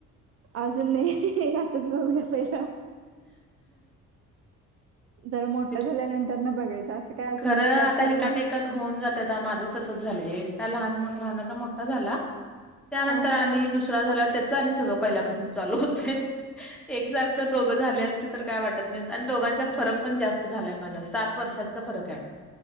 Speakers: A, on the right; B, in the centre.
A: अजून नाही याचच बघूया पहिला. जरा मोठ
B: ते
A: झाल्यानंतर न बघायचं असं काय अजून
B: खरं
A: विचार
B: आता
A: केला
B: एकात
A: नाही.
B: एकात होऊन जाते आता माझं तसच झालं एक लहान लनाचा मोठा झाला. त्यानंतर
A: हा हा
B: आणि
A: हा
B: दुसरा झाल्यावर त्याच आणि सगळं पहिल्यापासून चालू होतय एक सार दोघ झाली असतील तर काय वाटत नाही आणि दोघांच्या फरक पण जास्त झालाय माझा सात वर्षाचा चा फरक आहे.